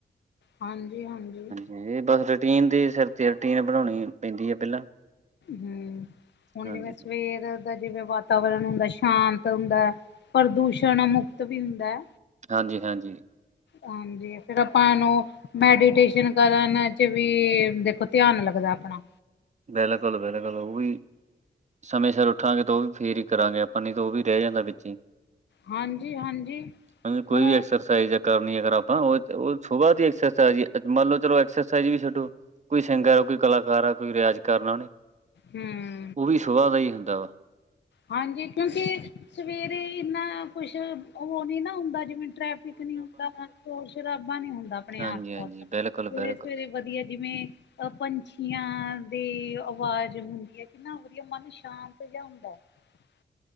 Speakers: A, on the left (about 75°); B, on the right (about 40°).
A: ਹਾਂਜੀ- ਹਾਂਜੀ!
B: ਇਹ ਬਸ ਰੂਟੀਨ ਦੇ ਸਿਰ ਤੇ ਆ, ਰੂਟੀਨ ਬਣਾਉਣੀ ਪੈਂਦੀ ਹੈ ਪਹਿਲਾਂ।
A: ਹੂੰ ਹੁਣ
B: ਹਾਂਜੀ,
A: ਜਿਵੇਂ ਸਵੇਰ ਜਿਵੇਂ ਵਾਤਾਵਰਨ ਹੁੰਦਾ, ਸ਼ਾਂਤ ਹੁੰਦਾ, ਪ੍ਰਦੂਸ਼ਣ ਮੁਕਤ ਵੀ ਹੁੰਦਾ।
B: ਹਾਂਜੀ -ਹਾਂਜੀ!
A: ਹਾਂਜੀ, ਫੇਰ ਆਪਾ ਇਹਨੂੰ ਮੈਡੀਟੇਸਨ ਕਰਨ ਚ ਵੀ ਦੇਖੋ ਧਿਆਨ ਲੱਗਦਾ ਆਪਣਾ।
B: ਬਿਲਕੁਲ -ਬਿਲਕੁਲ ਉਹ ਵੀ। ਸਮੇਂ ਸਿਰ ਉੱਠਾਂਗੇ ਤੋ ਓ ਵੀ ਫੇਰ ਹੀ ਕਰਾਂਗੇ ਆਪਾਂ ਨੀ ਤਾਂ ਓ ਵੀ ਰੈ ਜਾਂਦਾ ਵਿਚੇ ਈ।
A: ਹਾਂਜੀ ਹਾਂਜੀ
B: <unintelligible> ਕੋਈ
A: ਹੁਣ
B: ਵੀ ਐਕਸਰਸਾਈਜ਼ ਕਰਨੀਆ ਅਗਰ ਆਪਾਂ ਓ, ਓ ਸੁਬਾਅ ਦੀ ਐਕਸਰਸਾਈਜ਼ ਈ ਆ ਮੰਨ ਲੋ ਚਲੋ ਐਕਸਰਸਾਈਜ਼ ਵੀ ਛੱਡੋ ਕੋਈ ਸਿੰਗਰ ਆ ਕੋਈ ਕਲਾਕਾਰ ਆ ਕੋਈ ਰੇਆਜ ਕਰਨਾ ਓਨੇ
A: ਹੂੰ।
B: ਓ ਵੀ ਸੁਬਾਅ ਦਾ ਈ ਹੁੰਦਾ।
A: ਹਾਂਜੀ ਕੇਉਂਕੀ ਸਵੇਰੇ ਈਨਾ ਕੁਛ, ਓ ਨੀ ਨਾ ਹੁੰਦਾ ਜਿਵੇ ਟਰੈਫਿਕ ਨੀ ਹੁੰਦਾ, ਸ਼ੋਰ ਸ਼ਰਾਬਾ ਨੀ ਹੁੰਦਾ ਆਪਣੇ
B: ਹਾਂਜੀ-ਹਾਂਜੀ,
A: ਆਸ-ਪਾਸ,
B: ਬਿਲਕੁਲ-ਬਿਲਕੁਲ,
A: ਸਵੇਰੇ-ਸਵੇਰੇ ਵਦੀਆ ਜਿਵੇਂ ਅ ਪੰਛੀਆਂ ਦੀ ਆਵਾਜ਼ ਹੁੰਦੀਆ ਕਿੰਨਾ ਵਦੀਆ ਮਨ ਸ਼ਾਂਤ ਜੇ ਹੁੰ <unintelligible>